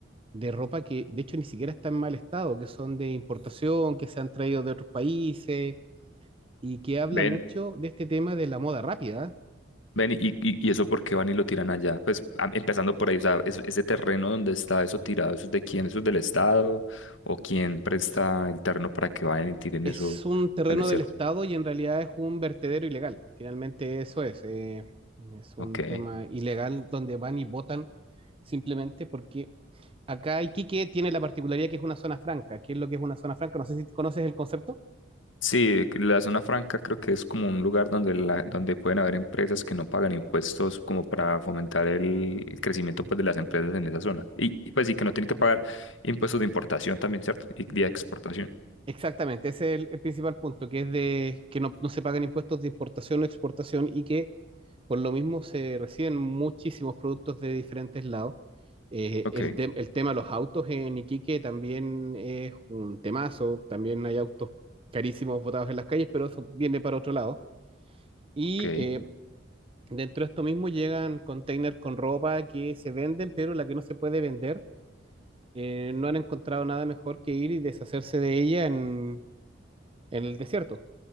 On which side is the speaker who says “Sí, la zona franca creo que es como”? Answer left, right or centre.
Left